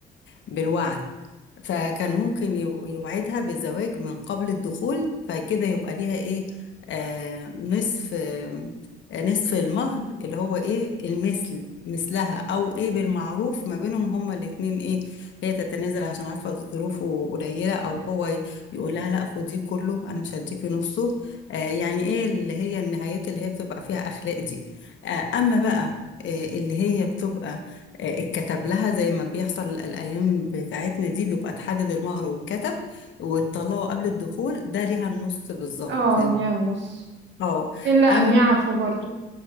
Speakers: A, on the left (about 70°); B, on the right (about 70°).
A: بالوعد فكان ممكن يو- يوعدها بزواج من قبل الدخول فكده يبقى ليها ايه آه نصف آه نصف المهر اللي هو ايه المثل مثلها او ايه بالمعروف ما بينهم هما الاتنين ايه هي تتنازل عشان عارفة ظروفه قليلة او هو ي- يقول لها لا خديه كله انا مش هديكي نصه آه يعني ايه اللي هي النهايات اللي هي بتبقى فيها اخلاق دي آه اما بقى آه اللي هي بتبقى آه، اتكتب لها زي ما بيحصل الأيام بتاعتنا دي بيبقى تحدد المهر واتكتب وتطلعه قبل الدخول ده ليها النص بالظبط
B: اه يعني نص
A: اه
B: إلا أن
A: أما
B: يعفوا برضو